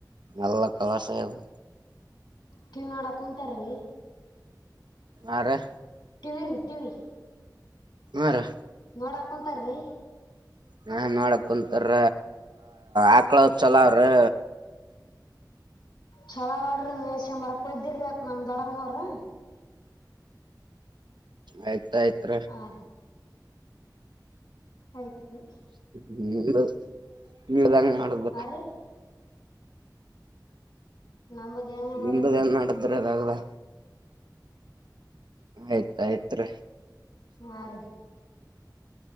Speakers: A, on the right (about 80°); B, on the left (about 85°).
A: ಎಲ್ಲ ಕಲಸ ಇಲ್
B: ಕಿವ್ ನೋಡಕ್ ಉಂಟಾರಿ
A: ಆ ರಿ
B: ಟಿವಿ ರೀ ಟಿವಿ
A: ಅರೆ
B: ನೋಡಾ ಕುಂತಾರೀ
A: ನಾ ನೋಡ ಕುಂತರ ಆಕ್ಳ ಚಲ ಅವ್ರೀ
B: ಚಲೋ ನೋಡ್ರಿ ಮ ಶಂಬರಕ್ಯ್ದಿರಿ ಅ ನಮ ದಡರ್ರಿ
A: ಆಯ್ತಾಯಯ್ತ್
B: ಹಾಂ ರೀ ಆಯ್ತು ರೀ
A: ಹ್ಮ ನೀದಂಗ ಮಾಡುದು
B: ಹಾಂ ರೀ ನಮ್ಮದು ಏನಿಲ್ಲ
A: ನಿಮ್ದ
B: ನೋಡ್ರಿ
A: ಎನ್ ನಡದ್ರ ಯಾಗದ ಆಯ್ತಾಯ್ತ್ರಿ
B: ಆರಿ